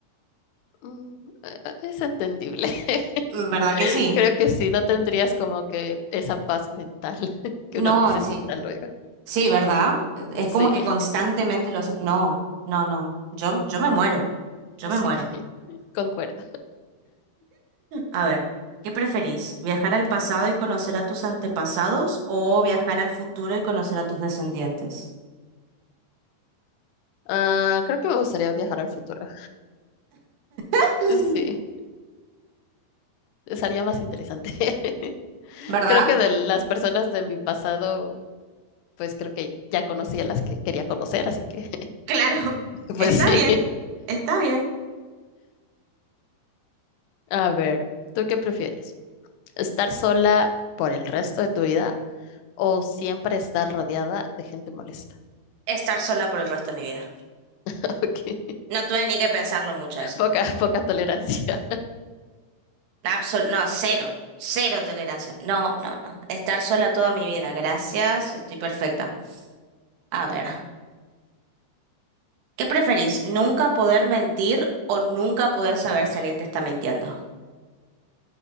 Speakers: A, on the left; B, on the right.
A: Mm, eh, eh, es entendible. <laughs>
B: ¿Verdad que sí?
A: Creo que sí, no tendrías como que esa paz mental <laughs> que
B: No,
A: uno necesita
B: sí.
A: luego.
B: Sí, ¿verdad? Es
A: Sí,
B: como que constantemente los... No, no, no. Yo, yo me muero. Yo
A: <laughs>
B: me
A: sí,
B: muero.
A: <laughs> concuerdo.
B: A ver, ¿qué preferís? ¿Viajar al pasado y conocer a tus antepasados o viajar al futuro y conocer a tus descendientes?
A: Ah, creo que me gustaría viajar al futuro.
B: <laughs>
A: Sí, sería más interesante. <laughs>
B: ¿verdad?
A: Creo que de las personas de mi pasado, pues creo que ya conocí a las que quería conocer, así que,
B: Claro, <laughs>
A: <laughs> pues
B: está
A: sí.
B: bien, está bien
A: A ver, ¿tú qué prefieres? ¿Estar sola por el resto de tu vida o siempre estar rodeada de gente molesta?
B: estar sola por el resto de mi vida.
A: <laughs> Ok,
B: No tuve ni que pensarlo mucho eso.
A: poca, poca tolerancia.
B: Absol- no, cero, cero tolerancia. No, no, no. Estar sola toda mi vida. Gracias, estoy perfecta. A ver, ¿qué preferís? ¿Nunca poder mentir o nunca poder saber si alguien te está mintiendo?